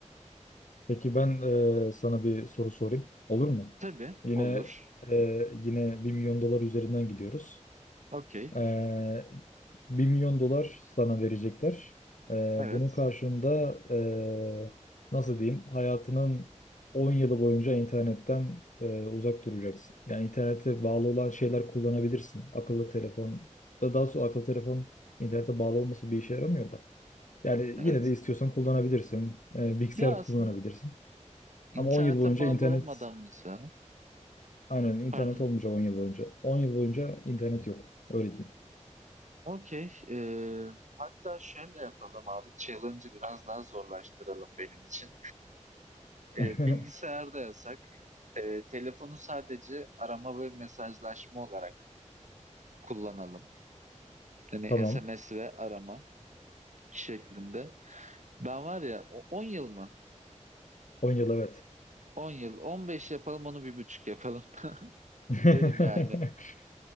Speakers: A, on the left; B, on the right.
A: Peki ben e, sana bir soru sorayım. Olur mu?
B: Tabii
A: Yine
B: olur.
A: e, yine bir milyon dolar üzerinden gidiyoruz.
B: Okey.
A: Ee, 1 milyon dolar sana verecekler. Ee,
B: Evet.
A: bunun karşılığında ee, nasıl diyeyim hayatının 10 yılı boyunca internetten ee, uzak duracaksın. Yani internete bağlı olan şeyler kullanabilirsin. Akıllı telefon da daha sonra akıllı telefon internete bağlı olması bir işe yaramıyor da. Yani
B: Evet.
A: yine de istiyorsan kullanabilirsin. Ee, bilgisayar
B: Ya aslında
A: kullanabilirsin.
B: internete
A: Ama 10 yıl boyunca
B: bağlı
A: internet
B: olmadan mesela.
A: aynen internet
B: Pardon.
A: olmayacak 10 yıl boyunca. 10 yıl boyunca internet yok. Öyle diyeyim.
B: Okey. eee, hatta şöyle yapalım abi. Challenge'ı biraz daha zorlaştıralım benim için. Eee,
A: <laughs>
B: bilgisayarda yasak. Eee, telefonu sadece arama ve mesajlaşma olarak kullanalım. Yani
A: Tamam.
B: SMS ve arama şeklinde. Ben var ya o- 10 yıl mı?
A: 10 yıl evet.
B: 10 yıl. 15 yapalım onu bir buçuk yapalım <laughs>
A: <laughs>
B: derim yani.